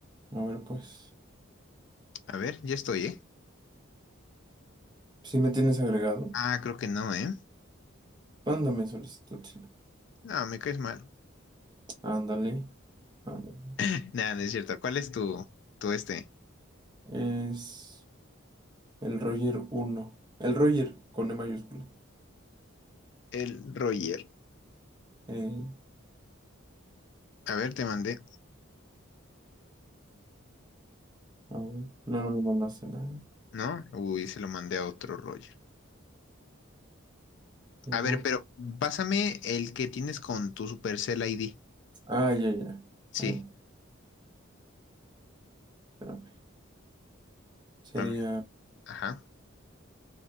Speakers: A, on the right; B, on the left.
A: a ver, pues,
B: A ver, ya estoy, ¿eh?
A: si me tienes agregado,
B: Ah, creo que no, ¿eh?
A: mándame solicitud, sí.
B: No, me caes mal.
A: Ándale, ándale.
B: <laughs> Nada, no es cierto. ¿Cuál es tu, tu este?
A: Es el Roger uno el Roger con E mayúscula.
B: El Roger.
A: Eh,
B: A ver, te mandé,
A: a ver, no, no me mandaste nada.
B: ¿no? Uy, se lo mandé a otro Roger.
A: Qué
B: A
A: guapo.
B: ver, pero pásame el que tienes con tu Supercell ID.
A: Ah, ya, ya.
B: Sí.
A: A ver, espérame. Sería,
B: A ver, ajá.